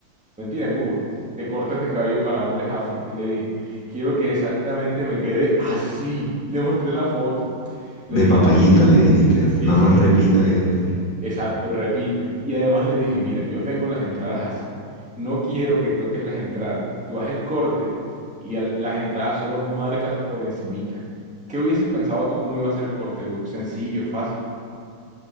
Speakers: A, in the centre; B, on the left.
A: mentira, en Google, de cortes de cabello para hombres afro. Y le dije, quiero que exactamente me quede así. Le mostré la foto. Le
B: de
A: dije,
B: papayita le dijiste,
A: sí,
B: nada
A: sí,
B: más repita esto.
A: exacto, repite. Y además le dije, mira, yo tengo las entradas así. No quiero que toques las entradas. Tú haz el corte y al- las entradas solo márcalas por encimita. ¿Qué hubieses pensado tú cómo iba a ser el corte, Hugo? Sencillo, fácil.